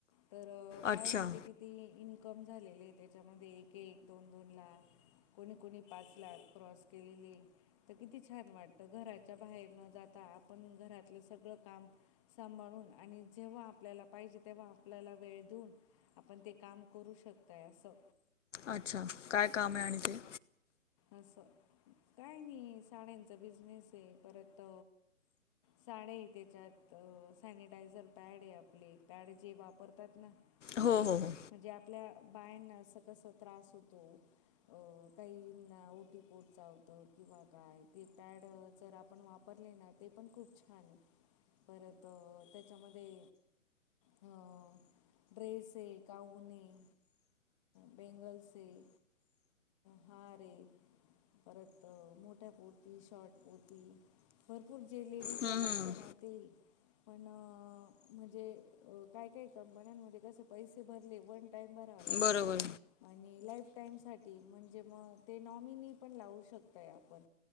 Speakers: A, on the left (about 25°); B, on the left (about 65°).
A: तर. अ, बायांचे
B: अच्छा
A: किती इन्कम झालेले त्याच्यामध्ये एक एक दोन दोन लाख. कोणी कोणी पाच लाख क्रॉस केलेले तर किती छान वाटतं घरात. घराच्या बाहेर न जाता आपण घरातलं सगळं काम. सांभाळून आणि जेव्हा आपल्याला पाहिजे तेव्हा आपल्याला वेळ देऊन. आपण ते काम करू शकताय असं.
B: अच्छा! काय काम आहे आणखी?
A: असं काय नाही साड्यांचा बिझनेस आहे परत. साड्या आहे त्याच्यात सॅनिटायझर पॅड आहे आपले पॅड जे वापरतात ना.
B: हो
A: ते
B: हो हो
A: म्हणजे आपल्या बायांना अस कस त्रास होतो. अ काही. ना ओ ओटीपोट चावतो किंवा काय ते पॅड जर आपण वापरले ना ते पण खूप. छान परत त्याच्यामध्ये. ह ड्रेस आहे गाऊन आहे. बँगल्स आहे हार आहे. परत मोठ्या कुर्ती शॉर्ट कुर्ती. भरपूर जे लेडीजला
B: हम्म
A: लागतं ना तेही. पण म्हणजे काय काय कंपन्यांमध्ये कसें पैसे भरले वन टाईम भरावं लागतो.
B: बरोबर
A: आणि लाईफ टाईमसाठी म्हणजे मग. ते नॉमिनी पण लावू शकताय आपण